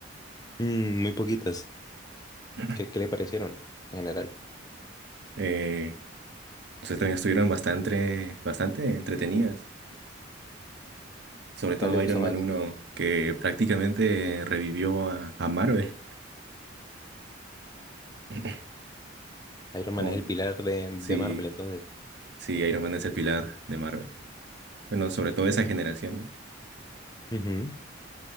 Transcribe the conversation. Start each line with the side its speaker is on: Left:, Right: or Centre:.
Left: Mm, muy poquitas.
Right: <clears throat>
Left: ¿Qué, qué le parecieron en general?
Right: Eh, Entonces también estuvieron bastante, bastante entretenidas. Sobre todo
Left: ¿Cuál le gustó
Right: Iron Man
Left: más?
Right: uno que prácticamente revivió a, a Marvel. <laughs>
Left: Iron
Right: Con,
Left: Man es el pilar de,
Right: sí,
Left: de Marvel, entonces.
Right: sí, Iron Man es el pilar de Marvel. Bueno, sobre todo esa generación, ¿no?
Left: Ujú.